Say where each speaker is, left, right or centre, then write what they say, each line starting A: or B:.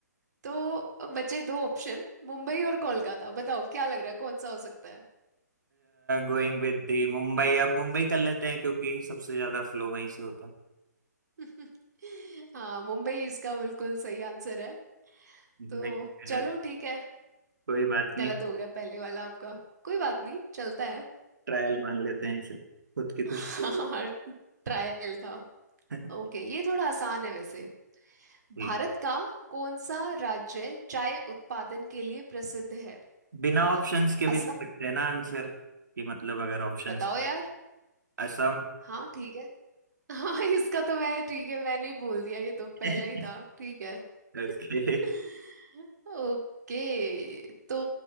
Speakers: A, on the right; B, on the right.
A: तो बचे दो ऑप्शन मुंबई और कोलकाता बताओ क्या लग रहा है कौन सा हो सकता है
B: Going with the Mumbai अब मुंबई कर लेते हैं क्योंकि सबसे ज्यादा फ्लो वहीं से होता है
A: <laughs> हाँ मुंबई इसका बिल्कुल सही आंसर है
B: मुंबई
A: तो
B: मेहनत
A: चलो ठीक है
B: कोई बात नहीं
A: गलत हो गया पहले वाला आपका कोई बात नहीं चलता है
B: ट्रायल मान लेते हैं इसे खुद की खुशी
A: हाँ
B: के लिए
A: ट्रायल था
B: <laughs>
A: ओके ये थोड़ा आसान है वैसे
B: ठीक।
A: भारत का कौन सा राज्य चाय उत्पादन के लिए प्रसिद्ध है
B: बिना ऑप्शंस के भी
A: असम
B: दे सकते हैं ना आंसर कि मतलब अगर ऑप्शंस
A: बताओ यार
B: असम
A: हाँ ठीक है हाँ इसका तो मैं ठीक है मैंने ही बोल दिया ये तो
B: <laughs>
A: पहला ही था ठीक है
B: ओके
A: <laughs> ओके तो